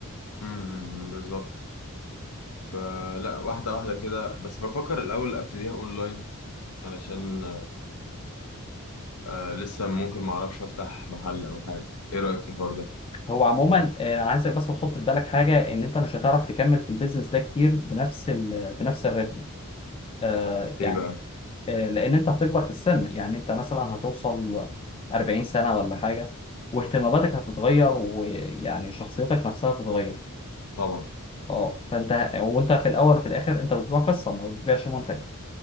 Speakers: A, on the left (about 90°); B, on the left (about 25°).
A: امم أمم، بالظبط فلا واحده واحده كده بس بفكر الاول ابتديها اونلاين علشان آه لسه ممكن ما اعرفش افتح محل او حاجه ايه رايك في الحوار ده
B: هو عموما آه، عايزك بس تحط في بالك حاجة إن أنت مش هتعرف تكمل في البيزنس ده كتير بنفس ال بنفس الريتم آه،
A: ايه بقى
B: آه، لان انت هتكبر في السن يعني انت مثلا هتوصل 40 سنة ولا حاجة واهتماماتك هتتغير ويعني شخصيتك نفسها هتتغير
A: طبعا
B: اه فانت وانت في الاول وفي الاخر انت بتبيع قصة ما بتبيعش منتج